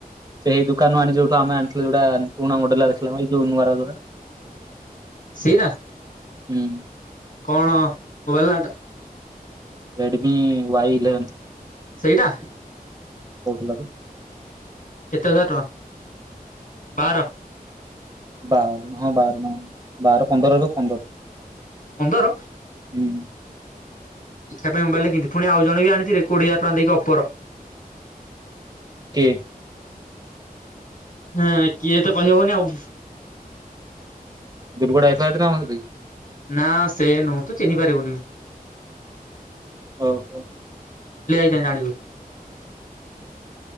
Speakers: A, on the right; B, on the left.
A: ସେଇ ଦୁକାନରୁ ଆଣି ଯୋଉଠୁ ଆମେ ଆଣିଥିଲୁ ଯୋଉଟା ପୁଣା ମଡେଲ <unintelligible> ଯୋଉ ନୂଆ <unintelligible>
B: ସେଇରା
A: ହୁଁ।
B: କଣ ମୋବାଇଲ ନାଁ ଟା?
A: Redmi Y eleven.
B: ସେଇଟା
A: କୋଉଟଥିଲା ତ?
B: କେତେ ହଜାର <inaudible> ଟଙ୍କା ବାର
A: ବାର ହଁ ବାର ବାର ପନ୍ଦର ଏବେ ପନ୍ଦର।
B: ଅନ୍ଦର।
A: ହୁଁ।
B: ଦେଖିବା ପାଇଁ ମୋବାଇଲଟା କିୁ ପୁଣି ଆଉ ଜଣ ବି ଆଣିଚିରେ କୋଡିଏ ହଜାର ଟଙ୍କା ଦେଇକି ଅପୋର।
A: କିଏ?
B: ହଁ କିଏ ତ କହିହବନି ଆଉ
A: ଦୁରୁପଡା ଯାଇଥିଲା ସେଦିନ ଆମ ସହିତ କି?
B: ନା ସେ ନୁହୁଁ ତୁ ଚିହ୍ନି ପାରିବୁନି।
A: ଓହୋ।
B: କେ ଜାଣିବୁ?